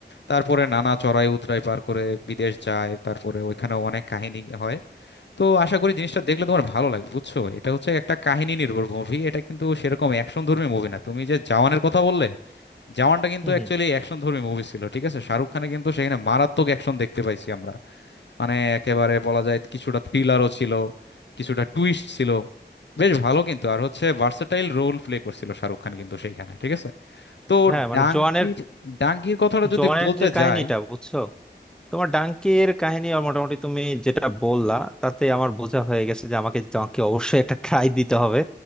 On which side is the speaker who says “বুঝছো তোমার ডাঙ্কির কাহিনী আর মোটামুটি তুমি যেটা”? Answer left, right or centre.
Centre